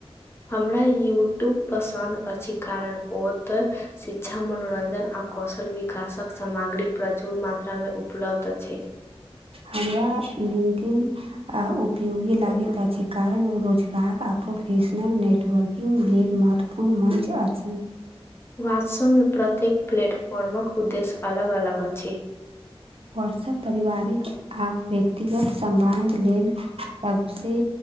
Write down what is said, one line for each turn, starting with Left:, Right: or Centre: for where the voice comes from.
Left: हमरा यूट्यूब पसन्द अछि कारण ओ तऽ शिक्षा मनोरंजन आ कौशल विकासक सामग्री प्रचुर मात्रा मे उपलब्ध अछि।
Right: हमरा लिंकिन आ उपयोगी लागैत अछि कारण ओ रोजगार आ प्रोफेशनल नेटवर्किंग लेल महत्व कोनो मंच आछि।
Left: व्हाट्सअपमे प्रत्येक प्लेटफॉर्मक उद्देश्य अलग अलग अछि।
Right: व्हाट्सअप परिवारिक आओर व्यक्तिगत सम्बध लेल सबसे